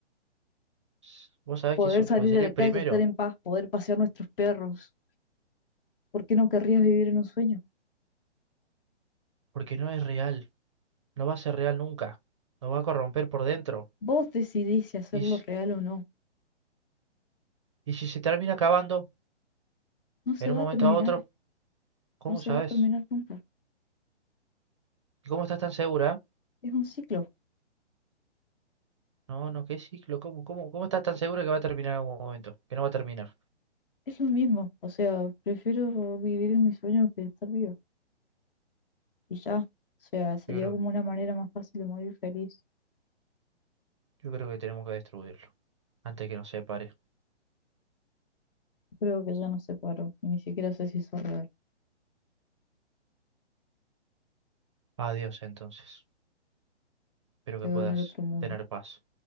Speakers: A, on the right; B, on the left.
A: S- Vos sabés
B: Poder
A: que eso
B: salir
A: fue- sería
B: a la
A: el
B: calle,
A: primero,
B: estar en paz, poder pasear nuestros perros. ¿Por qué no querrías vivir en un sueño?
A: porque no es real. No va a ser real nunca. Nos va a corromper por dentro.
B: Vos decidís si hacerlo
A: Y, s-
B: real o no.
A: y si se termina acabando,
B: No se
A: en
B: va
A: un momento
B: a terminar,
A: a otro, ¿cómo
B: no se
A: sabes?
B: va a terminar nunca.
A: ¿Cómo estás tan segura?
B: Es un ciclo,
A: No, no, qué ciclo, ¿cómo, cómo, cómo estás tan segura que va a terminar en algún momento? Que no va a terminar.
B: es lo mismo. O sea, prefiero vivir en mi sueño que estar vivo. Y ya, o sea, sería
A: Yo creo
B: como una manera más fácil de morir feliz.
A: Yo creo que tenemos que destruirlo antes que nos separe.
B: Creo que ya no se paró. y Ni siquiera sé si hizo real.
A: Adiós entonces. Espero
B: Te
A: que
B: veo
A: puedas
B: en el otro mundo.
A: tener paz.